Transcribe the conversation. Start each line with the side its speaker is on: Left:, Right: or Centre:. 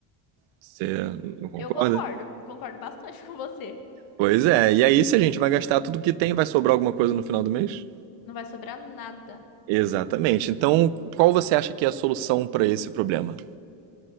Right: Você não concorda?
Left: Eu concordo, concordo bastante <laughs> com você.
Right: Pois é. E aí, se a gente vai gastar tudo que tem, vai sobrar alguma coisa no final do mês?
Left: Não vai sobrar nada.
Right: Exatamente. Então, qual você acha que é a solução para esse problema?